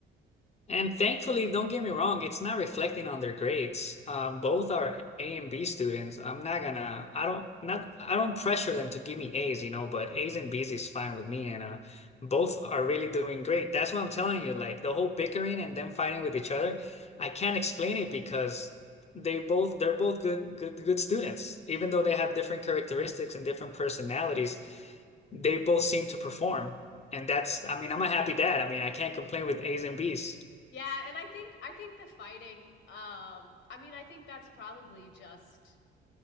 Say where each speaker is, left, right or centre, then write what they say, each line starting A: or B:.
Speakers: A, on the left; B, on the left.
A: And thankfully, don't get me wrong, it's not reflecting on their grades. Um, both are A and B students. I'm not gonna, I don't, not, I don't pressure them to give me A's, you know, but A's and B's is fine with me. And uh, both are really doing great. That's what I'm telling you. Like the whole bickering and them fighting with each other, I can't explain it because they both, they're both good, good, good students. Even though they have different characteristics and different personalities, they both seem to perform. And that's, I mean, I'm a happy dad. I mean, I can't complain with A's and B's.
B: Yeah, and I think I think the fighting um I mean I think that's probably just